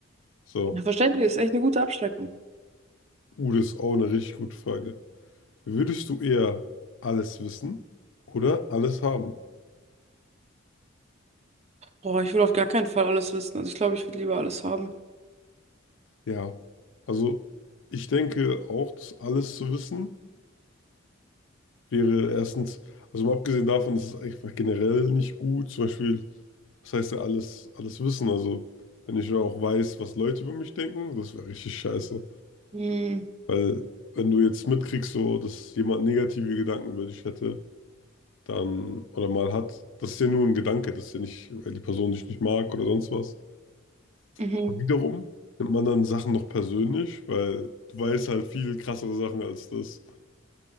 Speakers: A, on the left; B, on the right.
A: So,
B: Ja, Verständlich, ist echt eine gute Abschreckung.
A: uh, das ist auch eine richtig gute Frage. Würdest du eher alles wissen oder alles haben?
B: Boah, ich will auf gar keinen Fall alles wissen. Also ich glaube, ich würde lieber alles haben.
A: Ja, also ich denke auch, dass alles zu wissen wäre erstens, also mal abgesehen davon, das ist einfach generell nicht gut, zum Beispiel, was heißt ja alles, alles wissen, also wenn ich ja auch weiß, was Leute über mich denken, das wäre richtig scheiße,
B: Hm,
A: weil wenn du jetzt mitkriegst, so, dass jemand negative Gedanken über dich hätte, dann, oder mal hat, das ist ja nur ein Gedanke, das ist ja nicht, weil die Person dich nicht mag oder sonst was,
B: mhm.
A: Aber wiederum nimmt man dann Sachen noch persönlich, weil du weißt halt viel krassere Sachen als das.